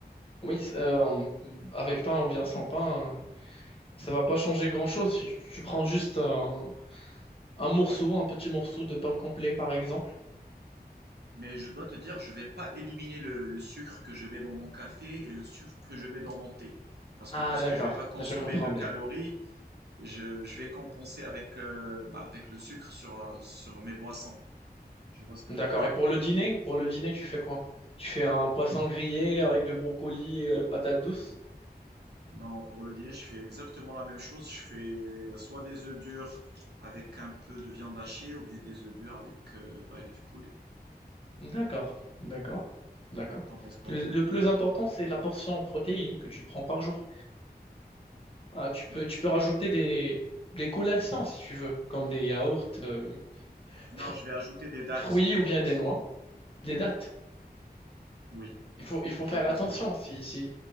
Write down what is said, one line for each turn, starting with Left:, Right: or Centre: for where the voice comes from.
Left: Oui, c- euh, en- avec pain ou bien sans pain, euh, ça va pas changer grand-chose. Si tu tu prends juste un, un morceau, un petit morceau de pain complet, par exemple.
Right: Mais je dois te dire, je vais pas éliminer le, le sucre que je mets dans mon café et le sucre que je mets dans mon thé. Parce
Left: Ah,
Right: que puisque
Left: d'accord.
Right: je vais pas consommer
Left: Là, je comprends
Right: de calories,
Left: bien.
Right: je, je vais compenser avec, euh, bah, avec le sucre sur, euh, sur mes boissons. Tu vois ce que
Left: D'accord.
Right: je veux dire?
Left: Et pour le dîner, pour le dîner, tu fais quoi? Tu fais un poisson grillé avec de brocoli, et patates douces?
Right: Non, pour le dîner, je fais exactement la même chose. Je fais soit des œufs durs avec un peu de viande hachée ou bien des œufs durs avec, euh, bah, avec du poulet.
Left: D'accord. D'accord. D'accord.
Right: T'en penses quoi?
Left: Le, le plus important, c'est la portion en protéines que tu prends par jour. Voilà, tu peux,
Right: Ok.
Left: tu peux rajouter des, des collations si tu veux, comme des yaourts, euh,
Right: Non,
Left: fr-
Right: je vais ajouter des dates,
Left: fruits
Right: des
Left: ou
Right: dates.
Left: bien des noix, des dattes.
Right: Oui.
Left: Il faut, il faut faire
Right: T'en penses
Left: attention.
Right: quoi?
Left: Si, si,